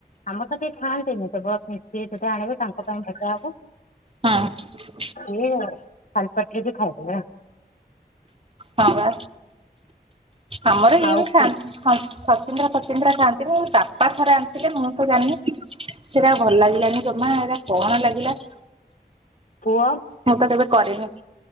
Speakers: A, on the left; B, on the right.
A: ଆମର ତ କିଏ ଖାଆନ୍ତିନି। କେବଳ ସିଏ ସେଠୁ ଆଣିବେ ତାଙ୍କ ପାଇଁ ଭଜା ହବ।
B: ହଁ।
A: ଇଏ ଖାଲପାଟିରେ ବି ଖାଇଦେବେ।
B: ହଁ ବା ଆମର ଇଏ
A: ଆଉ
B: ବି ଖାଆନ୍ତି।
A: ପୁ
B: ହ ସଚିନ୍ଦ୍ରା ଫଚିନ୍ଦ୍ରା ଖାଆନ୍ତିନି। ଏ ବାପା ଥରେ ଆଣ ଥିଲେ। ମୁଁ ତ ଜାଣିନି ସେଟା ଭଲ ଲାଗିଲାନି ଜମା। ଏଇଟା କଣ ଲାଗିଲା?
A: ପୁଅ?
B: ମୁଁ ତ କେବେ କରେନି।